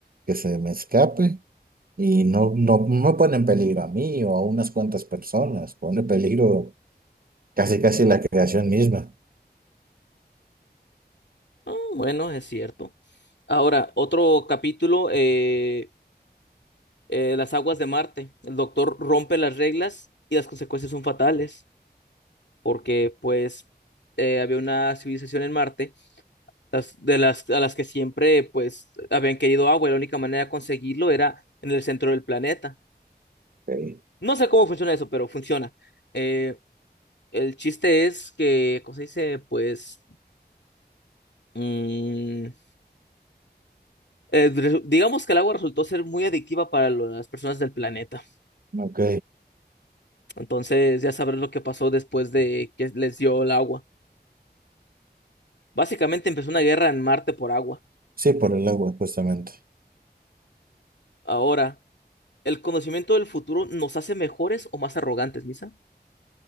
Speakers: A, on the right; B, on the left.
A: que se me escape y no, no, no pone en peligro a mí o a unas cuantas personas, pone en peligro casi casi la creación misma.
B: Mm, bueno, es cierto. Ahora, otro capítulo, eh, eh, las aguas de Marte. El doctor rompe las reglas y las consecuencias son fatales, porque pues eh, había una civilización en Marte las, de las, a las que siempre pues habían querido agua y la única manera de conseguirlo era en el centro del planeta.
A: Okay.
B: No sé cómo funciona eso, pero funciona. Eh, el chiste es que, ¿cómo se dice? Pues, mm, eh, re- digamos que el agua resultó ser muy adictiva para lo- las personas del planeta.
A: Ok,
B: Entonces, ya sabrás lo que pasó después de que les dio el agua. Básicamente empezó una guerra en Marte por agua.
A: sí, por el agua, justamente.
B: Ahora, ¿el conocimiento del futuro nos hace mejores o más arrogantes, Misa?